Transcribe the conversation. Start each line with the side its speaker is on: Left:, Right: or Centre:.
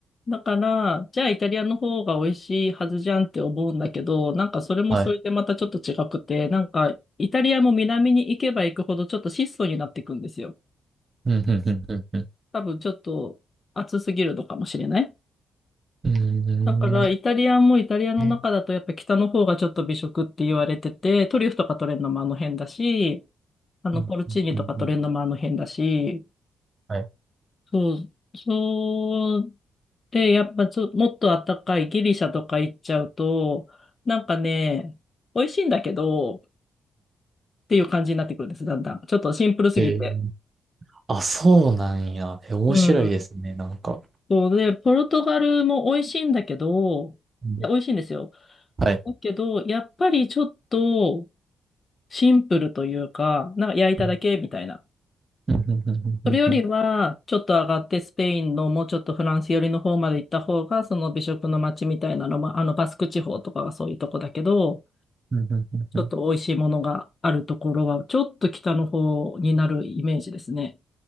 Left: だから、じゃあイタリアの方が美味しいはずじゃんって思うんだけど、なんかそれもそれでまたちょっと違くて、
Right: はい。
Left: なんかイタリアも南に行けば行くほどちょっと質素になっていくんですよ。
Right: うん、うんうんうんん。
Left: 多分ちょっと暑すぎるのかもしれない。
Right: うー
Left: だからイタリアンもイタリアの中だとやっぱ北の方がちょっと美食って言われてて、
Right: ん。うん
Left: トリュフとか取れるのもあの辺だし、あのポルチーニとか取れるのもあの辺だし、
Right: うんうんうんはい。
Left: そう、そうで、やっぱちょ、もっとあったかいギリシャとか行っちゃうと、なんかね、美味しいんだけど、っていう感じになってくるんです、だんだん。ちょっとシンプルすぎて。
Right: えー、あ、そうなんや。え、面白いですね、
Left: うん。
Right: なんか。
Left: そうで、ポルトガルも美味しいんだけど、
Right: うん、
Left: いや、美味しいんですよ。
Right: はい。
Left: だけど、やっぱりちょっとシンプルというか、なんか焼いただけみたいな。
Right: うんうんうんうん
Left: それよりは、ちょっと上がってスペインのもうちょっとフランス寄りの方まで行った方が、その美食の街みたいなのも、あのバスク地方とかはそういうとこだけど、
Right: うんうんうんうん
Left: ちょっと美味しいものがあるところは、ちょっと北の方になるイメージですね。